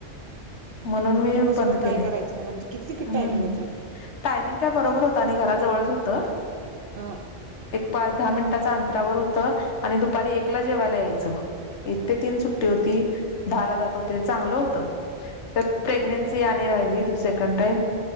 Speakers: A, on the left; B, on the right.
A: म्हणून मी
B: दिवसभर
A: बंद केले
B: काय करायचं मला किती ते किती
A: हम्म
B: टायमिंग होतं
A: टायमिंग काय बरोबर होत आणि घराजवळच होत
B: हा
A: पाच दहा मिनिटाच अंतरावर होतं आणि दुपारी एकला जेवायला यायचं एक ते तीन सुट्टी होती दहाला जात होते चांगलं होत त्यात प्रेग्नेन्सी आणि राहिली सेकंड टाईम